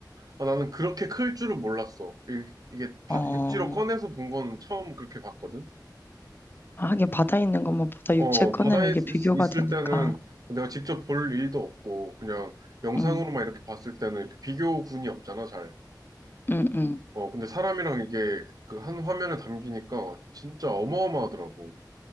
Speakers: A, on the right; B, on the left.
A: 아, 나는 그렇게 클 줄을 몰랐어. 이- 이게 바-
B: 어,
A: 육지로 꺼내서 본 건 처음 그렇게 봤거든.
B: 아, 하긴 바다에 있는 것만 보다
A: 어,
B: 육체에 꺼내면
A: 바다에
B: 이게
A: 있-
B: 비교가
A: 있을
B: 되니까.
A: 때는 내가 직접 볼 일도 없고, 그냥 영상으로만
B: 응,
A: 이렇게 봤을 때는 이렇게 비교군이 없잖아, 잘.
B: 응, 응,
A: 어, 근데 사람이랑 이게 그 한 화면에 담기니까 진짜 어마어마하더라고.